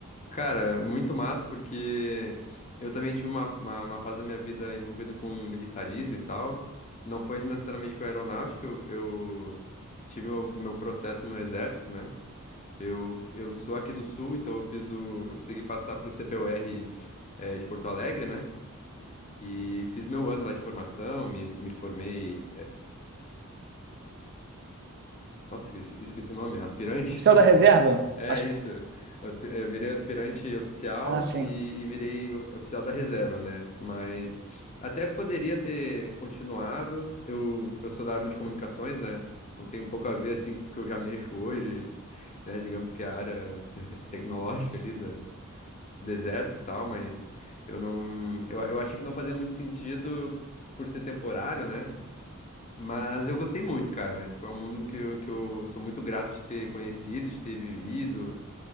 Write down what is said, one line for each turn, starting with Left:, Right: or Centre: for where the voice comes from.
Left: Cara, muito massa, porque eu também tive uma, uma, uma fase da minha vida envolvida com militarismo e tal. Não foi necessariamente com aeronáutica, eu, eu tive o meu processo no exército, né? Eu, eu sou aqui do sul, então eu fiz o, eu consegui passar para o CPUR, eh, de Porto Alegre, né? E fiz meu ano lá de formação, me, me formei Nossa, esqueci, esqueci o nome. Aspirante?
Right: Oficial
Left: <laughs>
Right: da reserva?
Left: É
Right: As-
Left: isso. Eu aspi- eu virei aspirante oficial
Right: Ah, sim.
Left: e, e virei o- oficial da reserva, né? Mas até poderia ter continuado. Eu, eu sou da arma de comunicações, né? Então tem um pouco a ver, assim, com o que eu já mexo hoje, né? Digamos que é a área <laughs> tecnológica ali do, do exército e tal, mas eu não... Eu, eu achei que não fazia muito sentido por ser temporário, né? Mas eu gostei muito, cara. Tipo, é um mundo que eu, que eu sou muito grato de ter conhecido, de ter vivido,